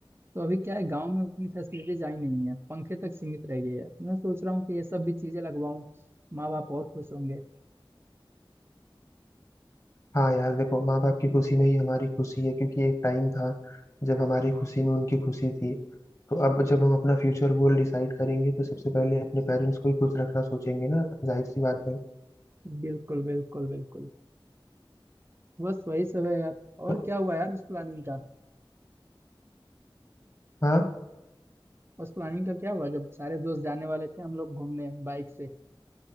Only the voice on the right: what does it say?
तो अभी क्या है गांव में उतनी फैसिलिटीज आई नहीं है पंखे तक सीमित रह गए हैं मैं सोच रहा हूँ कि ये सब भी चीजें लगवाऊं माँ बाप और खुश होंगे
बिल्कुल बिल्कुल बिल्कुल बस वही सब है यार और
क्या हुआ यार उस प्लानिंग का
उस प्लानिंग का क्या हुआ जब सारे दोस्त जाने वाले थे हम लोग घूमने बाइक से